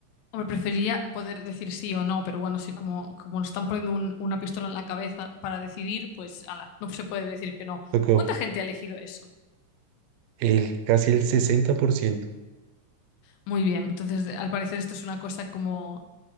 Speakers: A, on the left; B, on the right.
A: Hombre, prefería poder decir sí o no, pero bueno, sí, como, como nos están poniendo un- una pistola en la cabeza para decidir, pues, ala, no se puede decir que no.
B: Tocó
A: ¿Cuánta gente ha elegido eso?
B: el casi el 60%.
A: Muy bien, entonces al parecer esto es una cosa como...